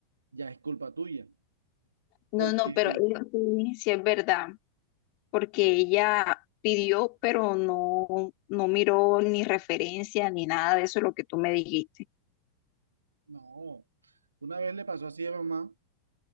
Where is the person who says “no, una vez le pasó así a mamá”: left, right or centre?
Right